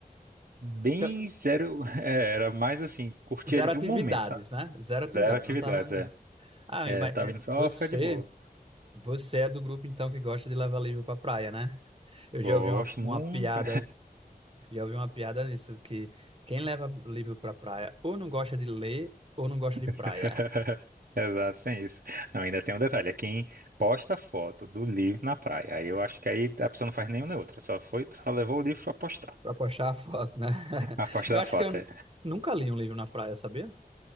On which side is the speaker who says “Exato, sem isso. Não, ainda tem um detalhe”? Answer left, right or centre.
Right